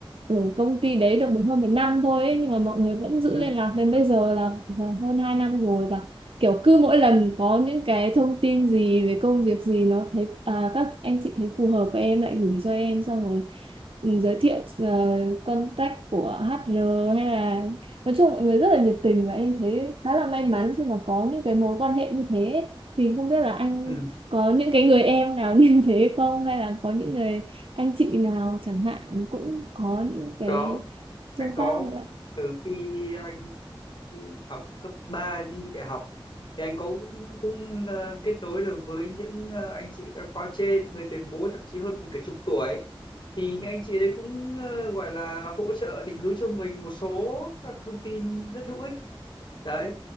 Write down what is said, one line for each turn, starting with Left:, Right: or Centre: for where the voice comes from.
Right: ở công ty đấy được hơn một năm thôi ấy, nhưng mà mọi người vẫn giữ
Left: ừ,
Right: liên lạc đến bây giờ là, là hơn hai năm rồi và kiểu cứ mỗi lần có những cái thông tin gì về công việc gì nó thấy à, các anh chị thấy phù hợp với em lại gửi cho em xong rồi ừ, giới thiệu ờ, contact của HR hay là nói chung mọi người rất là nhiệt tình và em thấy khá là may mắn khi mà có những cái mối quan hệ như thế thì không biết là anh
Left: ừ.
Right: có những cái người em nào <laughs> như thế không hay là có những người anh chị nào chẳng hạn cũng có những cái
Left: có
Right: tương
Left: anh có
Right: tác như vậy
Left: từ khi anh đi học cấp 3 đi đại học thì anh có cũng, cũng ờ, kết nối được với những ờ, anh chị các khóa trên những người tiền bối thậm chí hơn mình cả chục tuổi thì những anh chị đấy cũng ờ, gọi là hỗ trợ định hướng cho mình một số các thông tin rất hữu ích đấy